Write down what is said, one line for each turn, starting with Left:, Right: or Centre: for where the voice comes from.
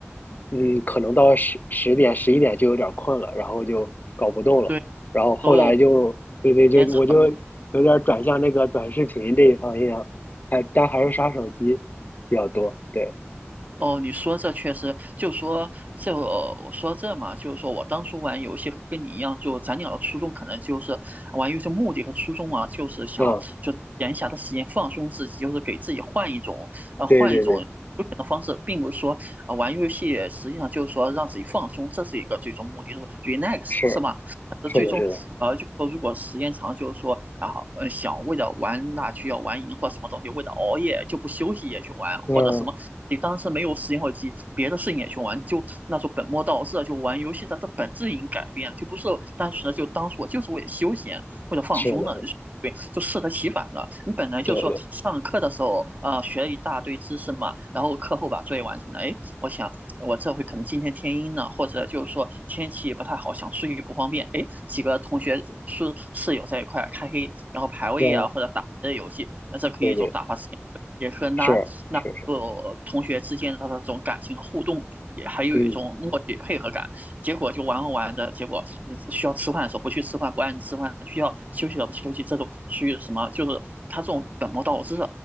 Left: 嗯，可能到十十点十一点就有点困了，然后就搞不动了，
Right: 对，哦时
Left: 然后后来就，
Right: 候时
Left: 对对，就我就有点转向那个短视频这一方面，
Right: 间长
Left: 还但还是刷手机比较多，对，
Right: 哦，你说这确实，就说这呃我说这嘛，就是说我当初玩游戏跟你一样，就咱俩的初衷可能就是玩游戏目的和初衷啊，就是想就闲暇的时间放松自己，
Left: 嗯。
Right: 就是给自己换一种呃换一种休闲的方式，
Left: 对对对，
Right: 并不是说呃玩游戏实际上就是说让自己放松，这是一个最终目的，就是 relax
Left: 是
Right: 是吧？但是最终呃就说如果时间长，
Left: 是的，是的，
Right: 就是说啊呃想为了玩那就要玩赢或什么东西，为了熬夜就不休息也去玩，或者什么。
Left: 嗯，
Right: 你当时没有时间或机，别的事情也去玩，就那种本末倒置啊，就玩游戏它的本质已经改变了，就不是单纯的就当时我就是为了休闲，为了放松的。
Left: 是的，
Right: 就是对，就适得其反的。你本来就说上课的时候，
Left: 对对，
Right: 呃，学了一大堆知识嘛，然后课后把作业完成了。哎，我想我这回可能今天天阴了，或者就是说天气不太好，想出去不方便。哎，几个同学室室友在一块开黑，然后排位啊，
Left: 嗯，
Right: 或者打这游戏，那这可以一种打发时间，
Left: 对对，
Right: 也是拉拉呃同学之间的这种感情和互动，
Left: 是是是，
Right: 也还有一种默契配合感。
Left: 嗯，
Right: 结果就玩着玩的结果呃需要吃饭的时候不去吃饭，不按时吃饭；需要休息的不去休息，这种属于什么？就是他这种本末倒置，